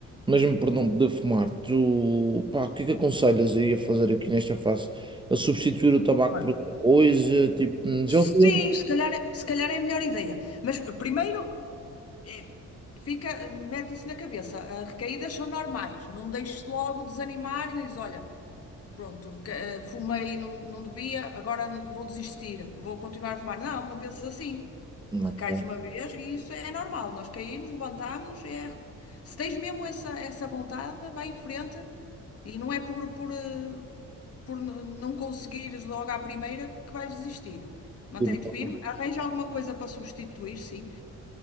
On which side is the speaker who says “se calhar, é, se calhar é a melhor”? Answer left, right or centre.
Left